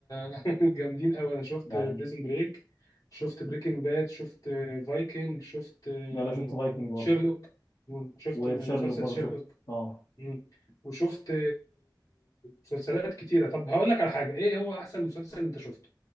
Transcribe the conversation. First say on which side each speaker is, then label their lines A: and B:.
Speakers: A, on the left; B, on the left.
A: <laughs> جامدين قوي انا شفت
B: يعني
A: بريزن بريك شفت بريكنج باد شفت فايكنج شفت
B: انا شفت فايكنج برضه
A: شيرلوك شفت
B: وتشيرلوك
A: مسلسل
B: برضه
A: شيرلوك
B: شفته اه
A: مم. وشفت مسلسلات كتيرة طب هقول لك على حاجة ايه هو احسن مسلسل انت شفته